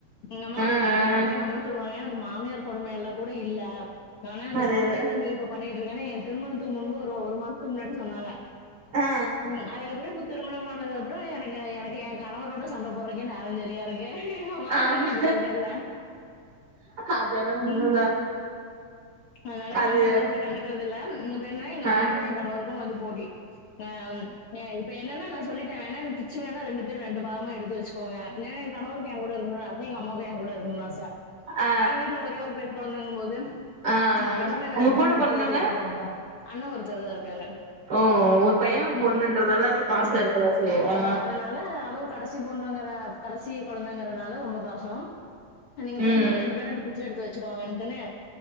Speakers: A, on the left; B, on the right.
A: எங்க அம்மாவ
B: ஆ ஆ
A: மெரட்டுவே அதா எங்கம்மா சொல்லுவாங்க எனக்கு மாமியார் கொடும எல்லா கூட இல்ல ஆனா அந்த
B: அதேதா
A: கொடுமயெல்லா நீ இப்ப பண்ணிட்ருக்கேனு எ திருமணத்துக்கு முன்பு ஒரு ஒரு மாசத்துக்கு முன்னாடி சொன்னாங்க
B: ஆ
A: ம் அதுக்கப்றோ இப்ப திரு மணம் ஆனதுக்கப்றோ எனக்கு எனக்கு எ கணவரோட சண்ட போட்றக்கே நேரோ செரியா இரு க்கு எங்க அம்மா
B: ஆ ஆமா
A: கூட கண்டுக்கறதே இல்ல
B: அதான உண்மதா
A: ம் அதனால எங்க
B: அது
A: அம்மாவ பெருசா கண்டுக்கறதில்ல இப்ப என்ன எங்க அம்மாக்கு
B: ஆ
A: ஏ கணவருக்கு வந்து போட்டி ஆ இப்ப என்னன்னா நா சொல்லிட்டே வேணா என்ன பிச்சு வேணா ரெண்டு பேரு ரெண்டு பாகமா எடுத்து வெச்சு க்கோங்க ஏனா ஏ கணவருக்கு ஏ கூட இருக்கணுனு ஆச எங்க அம்மாவுக்கு ஏ கூட இருக்கணுனு ஆச
B: ஆ
A: ஏனா வீட்ல ஒரே ஒரு பெண் கொழந்தங்க போது
B: ஆ
A: நா பேசாம என்ன
B: உங்க
A: ரெண்டு
B: கூட
A: பேரு பிச்சு
B: பொறந்தவங்க
A: எடுத்து வெச்சுக்கோங்கப்பா அண்ண ஒருத்தரு தா இருக்காரு
B: ஓ ஒரு பைய்யே ஒரு
A: ம்.
B: பொண்ணுன்றதால அப்ப
A: பொண்ணு.
B: பாசோ இருக்கதா செய்யு
A: அ
B: ஆ
A: அதனால அதுவு கடசி பொண்ணுங்கிற கடசி கொழந்தங்கறனால ரொம்ப பாசோ நீங்க
B: ம்
A: பேசாம ரெண்டு பேரு என்ன பிச்ச எடுக்க வச்சுக்கோங்கன்ட்டுனு